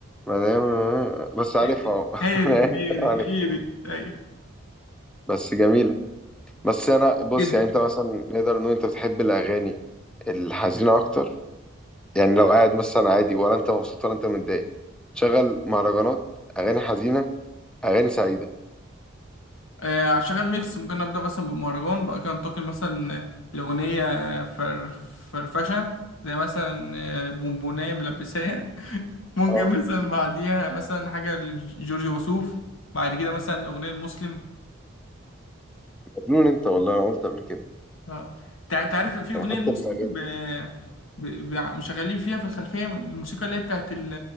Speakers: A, in the centre; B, on the left.
A: ما دام <laughs> بس عارفها
B: آه،
A: أهو. <laughs>
B: آه، هي دي
A: انا آسف،
B: هي دي
A: عارف
B: هي دي أيوة
A: بس جميله بس انا بص
B: جدا
A: يعني انت مثلا نقدر نقول انت بتحب الاغاني الحزينه اكتر يعني لو قاعد مثلا عادي ولا انت مبسوط ولا انت متضايق شغل مهرجانات اغاني حزينه اغاني سعيده
B: آه، هشغل ميكس ممكن نبدأ مثلا بمهرجان بعد كده ننتقل مثلا لأغنية فر فرفشة زي مثلا آه، بونبوناية ملبسية ممكن
A: اه
B: مثلا بعديها مثلا حاجة لجورج وسوف بعد كده مثلا الأغنية المسلم
A: مجنون انت والله انا قلت قبل كده
B: اه تع- تعرف في أغنية
A: يعني حتى
B: المسلم
A: في الاغاني
B: ب... ب... ب... مشغلين فيها في الخلفية الموسيقى اللي هي بتاعت ال...